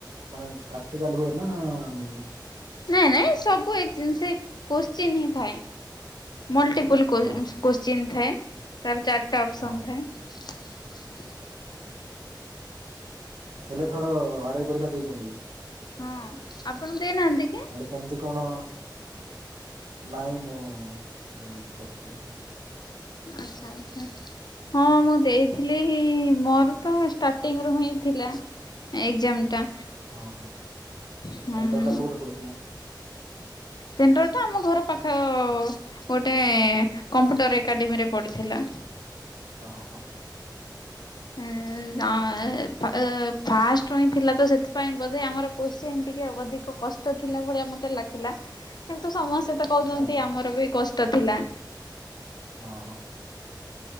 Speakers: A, on the right; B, on the left.
A: ମାନେ ପ୍ରାକ୍ଟିକାଲ ହୁଏ ନା ମ
B: ନାଇଁ ନାଇଁ ସବୁ ଏକ ଜିନିଷ ଏ କୋ ଚିହ୍ନି ଥାଏ । ମଲ୍ଟିପୁଲ୍ କୋ
A: ହଁ ହଁ
B: କୋଶ୍ଚିନ୍ ଥାଏ। ତାର ଚାରି ଟା ଅପସନ୍
A: ହଁ ହଁ
B: ଥାଏ ।
A: ହେଲେ ଥର ଆରାଇ ପରୀକ୍ଷା ଦେଇଚନ୍ତି ।
B: ହଁ ଆପଣ ଦେଇନାହାନ୍ତି କି?
A: ହେଲେ କେମିତି କଣ <inaudible> ନାଇଁ ମୁଁ ଦେଇନି ପକେଇନି ।
B: ଆଛା ଆଛା ହଁ ମୁଁ ଦେଇଥିଲି ମୋର ତ ଷ୍ଟାର୍ଟିଂ ରୁ ହିଁ ଥିଲା ଏକ୍ଜାମ୍ ଟା ।
A: ଅ ହ <inaudible>
B: ହୁଁ
A: ସେଣ୍ଟର ଟା କୋଉଠି ପଡିଥିଲା।
B: ସେଣ୍ଟର ଟା ଆମ ଘର ପାଖ ଅ ଗୋଟେ କମ୍ପୁଟର ଏକାଡେମୀରେ ପଡିଥିଲା।
A: ଅ ହ ।
B: ଏଁ ଅଁ ଏଁ ଫାଷ୍ଟରୁ ହଁ ଥିଲା ତ ସେଥିପାଇଁ ବୋଧେ ଆମର କୁଚ୍ ସେମ୍ ଟିକେ ଆଉ ଅଧିକ କଷ୍ଟ ଥିଲା ଭଳିଆ ମ ଲାଗିଲା କିନ୍ତୁ ସମସ୍ତେ କହୁଛନ୍ତି
A: ଆଜ୍ଞା
B: ଆମର ବି କ ତ ଥିଲା।
A: ଅହ ।